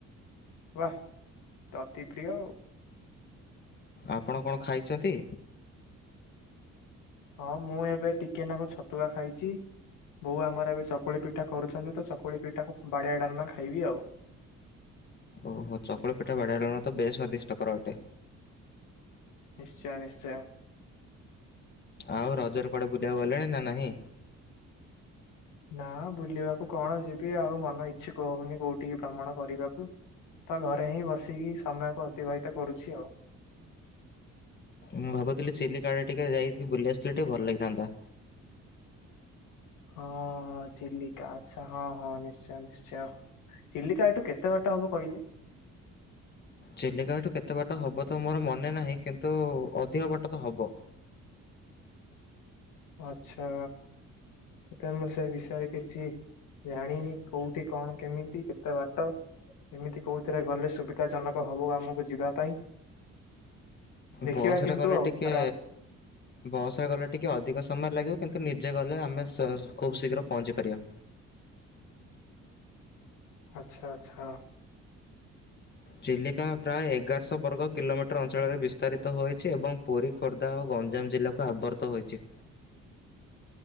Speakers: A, on the left (about 90°); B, on the left (about 35°).
A: ବା ତ ଅତି ପ୍ରିୟ ଆଉ।
B: ଆପଣ କଣ ଖାଇଛନ୍ତି?
A: ହଁ ମୁଁ ଏବେ ଟିକେନାକୁ ଛତୁଆ ଖାଇଛି। ବୋଉ ଆମର ଏବେ ଚକୁୁଳି ପିଠା କରୁଛନ୍ତି ତ ଚକୁୁଳି ପିଠାକୁ ବାଡିଆ ଡାଲମା ଖାଇବି ଆଉ।
B: ଓହୋ ଚକୁଳି ପିଠା ବାଡ଼ିଆ ଡାଲମା ବେଶ ସ୍ଵାଦିଷ୍ଟ କର ଅଟେ।
A: ନିଶ୍ଚୟ ନିଶ୍ଚୟ।
B: ଆଉ ରଜରେ କଆଡେ ବୁଲିବାକୁ ଗଲେଣି ନା ନାହିଁ?
A: ନା ବୁଲିବାକୁ କଣ ଯିବି ଆଉ ମନ ଇଚ୍ଛୁକ ହଉନି କଉଠିକି ଭ୍ରମଣ କରିବାକୁ। ତ ଘରେ ହିଁ ବସିକି ସମୟକୁ ଅତିବାହିତ କରୁଛି ଆଉ।
B: ମୁଁ ଭାବୁଥିଲି ଚିଲିକା ଆଡେ ଟିକେ ଯାଇକି ବୁଲି ଆସିଥିଲେ ଟିକେ ଭଲ ଲାଗିଥାନ୍ତା।
A: ହଁ ଚିଲିକା ଆଚ୍ଛା ହଁ ହଁ ନିଶ୍ଚୟ ନିଶ୍ଚୟ। ଚିଲିକା ଏଠୁ କେତେ ବାଟ ହେବ କହିଲେ।
B: ଚିଲିକା ଏଠୁ କେତେ ବାଟ ହବ ତ ମୋର ମନେ ନାହିଁ କିନ୍ତୁ ଅଧିକ ବାଟ ତ ହବ।
A: ଆଛା ସେଥିପାଇଁ ମୁଁ ସେ ବିଷୟରେ କିଛି ଜାଣିନି କୋଉଠି କଣ କେମିତି କେତେ ବାଟ। ଏମିତି କହୁଥିରେ ଗଲେ ସୁବିଧା ଜନକ ହବ ଆମକୁ ଯିବା ପାଇଁ ଦେଖିବା
B: ବସରେ
A: କିନ୍ତୁ
B: ଗଲେ
A: ଆଉ
B: ଟିକେ
A: ଥରେ ଆଲୋ
B: ବସରେ ଗଲେ ଟିକେ ଅଧିକ ସମୟ ଲାଗିବ କିନ୍ତୁ ନିଜେ ଗଲେ ଆମେ ଖୁବ ଶୀଘ୍ର ପହଞ୍ଚି ପାରିବା।
A: ଆଚ୍ଛା ଆଚ୍ଛା
B: ଚିଲିକା ପ୍ରାୟ ଏଗାରଶହ ବର୍ଗ କିଲୋମିଟର ଅଞ୍ଚଳରେ ବିସ୍ତାରିତ ହୋଇଛି ଏବଂ ପୁରୀ ଖୋର୍ଦ୍ଧା ଓ ଗଞ୍ଜାମ ଜିଲ୍ଲାକୁ ଆବର୍ତ୍ତ ହୋଇଛି।